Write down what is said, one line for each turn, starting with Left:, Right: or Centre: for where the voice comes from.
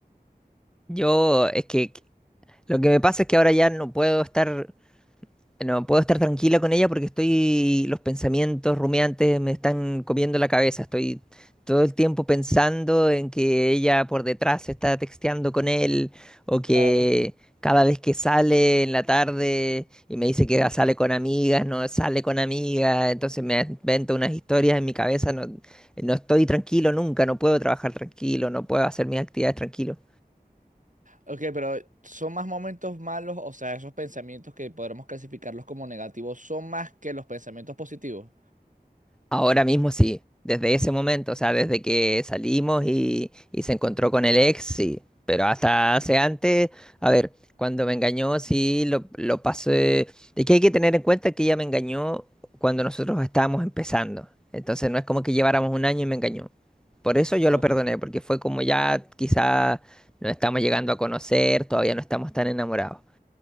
Centre: Yo, es que lo que me pasa es que ahora ya no puedo estar. No puedo estar tranquila con ella porque estoy, los pensamientos rumiantes me están comiendo la cabeza. Estoy todo el tiempo pensando en que ella por detrás está texteando con él o que
Right: Claro.
Centre: cada vez que sale en la tarde y me dice que sale con amigas, no sale con amigas, entonces me invento unas historias en mi cabeza. No, no estoy tranquilo nunca, no puedo trabajar tranquilo, no puedo hacer mis actividades tranquilo.
Right: Ok, pero ¿son más momentos malos? O sea, esos pensamientos que podremos clasificarlos como negativos son más que los pensamientos positivos.
Centre: Ahora mismo sí, desde ese momento, o sea, desde que salimos y, y se encontró con el ex, sí, pero hasta hace antes, a ver, cuando me engañó, sí, lo, lo pasé, es que hay que tener en cuenta que ella me engañó cuando nosotros estábamos empezando, entonces no es como que lleváramos un año y me engañó, por eso yo
Right: Ok,
Centre: lo perdoné,
Right: pe-
Centre: porque fue como ya quizá nos estamos llegando a conocer, todavía no estamos tan enamorados,